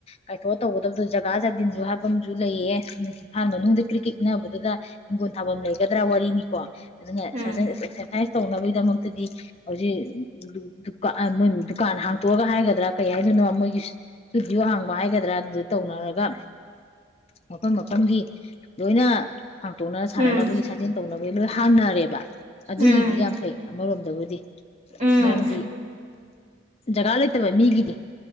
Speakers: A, on the left; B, on the right.
A: ꯀꯥꯏꯊꯣꯛꯑ ꯇꯧꯒꯗꯕꯗꯣ ꯖꯒꯥ ꯖꯗꯤꯟꯁꯨ ꯍꯥꯏꯕ ꯑꯃꯁꯨ ꯂꯩꯌꯦ ꯏꯐꯥꯜ ꯃꯅꯨꯡꯗꯗꯤ ꯀ꯭ꯔꯤꯛ ꯀ꯭ꯔꯤꯛ ꯏꯟꯅꯕꯗꯨꯗ ꯍꯤꯡꯒꯣꯜ ꯊꯥꯐꯝ ꯂꯩꯒꯗ꯭ꯔ ꯋꯥꯔꯤꯅꯤꯀꯣ ꯑꯗꯨꯅ ꯁꯥ
B: ꯎꯝ
A: ꯁ ꯑꯦꯛꯁꯔꯁꯥꯏꯁ ꯇꯧꯅꯕꯒꯤꯗꯃꯛꯇꯗꯤ ꯍꯧꯖꯤꯛ ꯗꯨꯏ ꯗꯨꯀꯥꯟ ꯍꯥꯡꯇꯣꯛꯑꯒ ꯍꯥꯏꯒꯗ꯭ꯔ ꯀꯩ ꯍꯥꯏꯗꯣꯏꯅꯣ ꯃꯣꯏꯒꯤ ꯏꯁꯇꯨꯗꯤꯑꯣ ꯍꯥꯡꯕ ꯍꯥꯏꯒꯗ꯭ꯔ ꯑꯗꯨꯗ ꯇꯧꯅꯔꯒ ꯃꯐꯝ ꯃꯐꯝꯒꯤ ꯂꯣꯏꯅ ꯍꯥꯡꯇꯣꯛꯅꯔ ꯁꯥꯟꯅꯅꯕꯒꯤ
B: ꯎꯝ
A: ꯁꯥꯖ‌ꯦꯟ ꯇꯧꯅꯕꯒꯤ ꯂꯣꯏ ꯍꯥꯡꯅꯔꯦꯕ ꯑꯗꯨꯒꯤꯗꯤ
B: ꯎꯝ
A: ꯌꯥꯝ ꯐꯩ ꯑꯃꯔꯣꯝꯗꯕꯨꯗꯤ
B: ꯎꯝ
A: ꯃꯔꯝꯗꯤ ꯖꯒꯥ ꯂꯩꯇꯕ ꯃꯤꯒꯤꯗꯤ